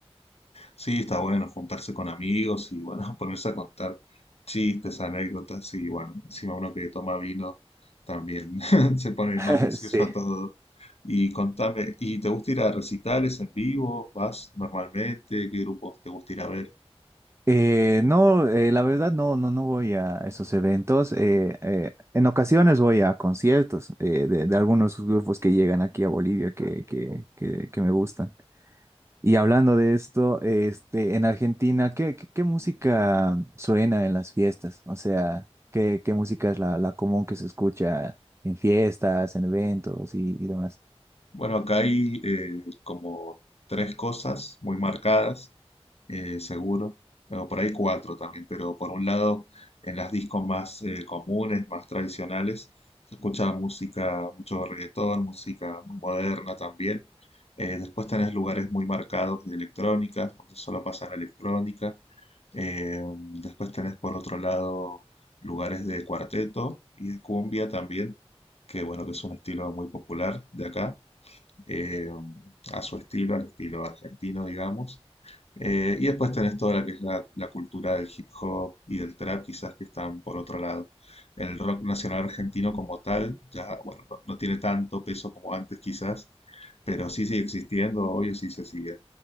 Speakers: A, on the left; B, on the right.
A: Sí, está bueno juntarse con amigos y bueno, <laughs> ponerse a contar chistes, anécdotas y bueno, encima uno que toma vino también <laughs> se pone
B: <laughs>
A: más gracioso
B: Sí.
A: a todo. Y contame, ¿y te gusta ir a recitales en vivo? ¿Vas normalmente? ¿Qué grupos te gusta ir a ver?
B: Eh, no, eh, la verdad no, no, no voy a esos eventos. eh, eh, en ocasiones voy a conciertos eh, de, de algunos grupos que llegan aquí a Bolivia que, que, que, que me gustan. Y hablando de esto, este, en Argentina, ¿qué, qué, qué música suena en las fiestas? O sea, ¿qué, qué música es la, la común que se escucha en fiestas, en eventos y, y demás?
A: Bueno, acá hay eh, como tres cosas muy marcadas. eh, seguro, o por ahí cuatro también, pero por un lado, en las discos más eh, comunes, más tradicionales, se escucha música, mucho reggaetón, música muy moderna también. Eh, después tenés lugares muy marcados de electrónica, donde solo pasan electrónica. Eh, después tenés por otro lado lugares de cuarteto y de cumbia también, que bueno, que es un estilo muy popular de acá eh, a su estilo, al estilo argentino, digamos. Eh, y después tenés toda la que es la, la cultura del hip hop y del trap, quizás que están por otro lado. El rock nacional argentino como tal, ya, bueno, no, no tiene tanto peso como antes quizás, pero sí sigue existiendo, obvio, sí se siguen